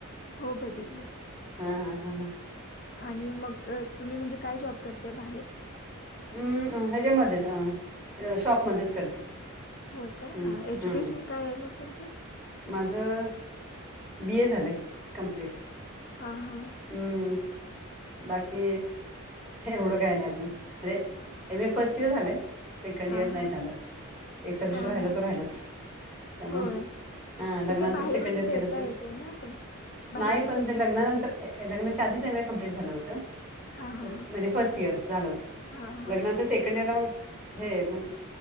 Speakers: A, on the left; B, in the centre.
A: हो बघितलं की.
B: हम हम हम हम.
A: आणि मग अ तुम्ही म्हणजे काय जॉब करताय बाहेर.
B: हम्म ह्याच्यामध्येच अ शॉपमध्येध्येच करते.
A: होय काय
B: हम्म
A: हा एज्युकेशन
B: हम्म
A: काय आहे मग तुमचं.
B: माझं बी ए झालंय कमप्लीट.
A: हां हां.
B: हम्म. बाकी एवढं काय नाही अजूने एम ए फर्स्ट इयर झालंय सेकंड
A: हां,
B: इयर नाही
A: हां.
B: झालं एक सब्जेक्ट
A: हां,
B: राहिल
A: हां.
B: तो राहिलाच त्यामुळ.
A: होय.
B: हा लग्ना
A: ते काय
B: नंतर
A: बाहेरून
B: सेकंड इयर
A: देता
B: केला तर
A: येतंय ना आपण? बाहेरून
B: नाईपण
A: देताय?
B: ते लग्नानंतर लग्नाच्या आधीच एम कंप्ट झालं होतणजे
A: हां, हां, हां.
B: फर्स्ट इर झालं
A: हां, हां.
B: हो. सेकंडरला मग हे मग.